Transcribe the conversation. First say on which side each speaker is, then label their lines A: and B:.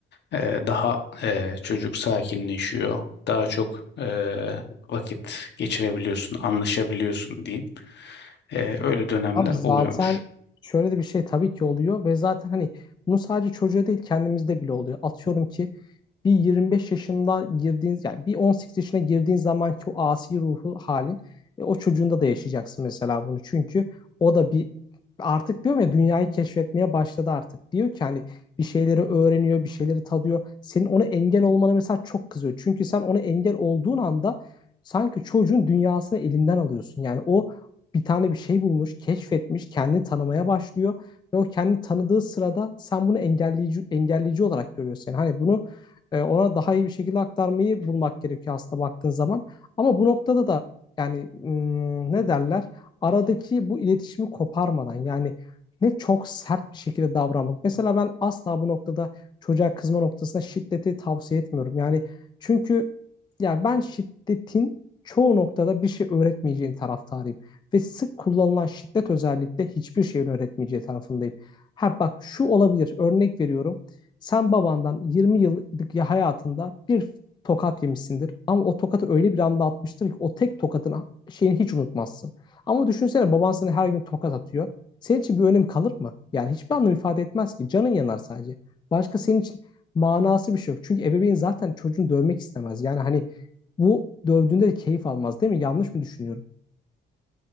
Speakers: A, on the left; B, on the left.
A: e, daha e, çocuk sakinleşiyor, daha çok e, vakit geçirebiliyorsun, anlaşabiliyorsun diyeyim. E, öyle dönemler
B: Abi zaten
A: oluyormuş.
B: şöyle de bir şey tabii ki oluyor ve zaten hani bunu sadece çocuğa değil kendimizde bile oluyor. Atıyorum ki bir 25 yaşında girdiğiniz yani bir 18 yaşına girdiğin zamanki o asi ruhu halin e, o çocuğunda da yaşayacaksın mesela bunu. Çünkü o da bir artık diyorum ya dünyayı keşfetmeye başladı artık. Diyor ki hani bir şeyleri öğreniyor, bir şeyleri tadıyor. Senin ona engel olmana mesela çok kızıyor. Çünkü sen ona engel olduğun anda sanki çocuğun dünyasını elinden alıyorsun. Yani o bir tane bir şey bulmuş, keşfetmiş, kendini tanımaya başlıyor ve o kendini tanıdığı sırada sen bunu engelleyici engelleyici olarak görüyorsun. Yani hani bunu e, ona daha iyi bir şekilde aktarmayı bulmak gerekiyor aslında baktığın zaman. Ama bu noktada da yani hmm, ne derler? Aradaki bu iletişimi koparmadan yani ne çok sert bir şekilde davranmak. Mesela ben asla bu noktada çocuğa kızma noktasında şiddeti tavsiye etmiyorum. Yani çünkü ya ben şiddetin çoğu noktada bir şey öğretmeyeceğin taraftarıyım. Ve sık kullanılan şiddet özellikle hiçbir şeyin öğretmeyeceği tarafındayım. Ha bak şu olabilir örnek veriyorum. Sen babandan 20 yıllık hayatında bir tokat yemişsindir. Ama o tokatı öyle bir anda atmıştır ki o tek tokatın şeyini hiç unutmazsın. Ama düşünsene baban sana her gün tokat atıyor. Senin için bir önemi kalır mı? Yani hiçbir anlam ifade etmez ki. Canın yanar sadece. Başka senin için manası bir şey yok. Çünkü ebeveyn zaten çocuğunu dövmek istemez. Yani hani bu dövdüğünde de keyif almaz değil mi? Yanlış mı düşünüyorum?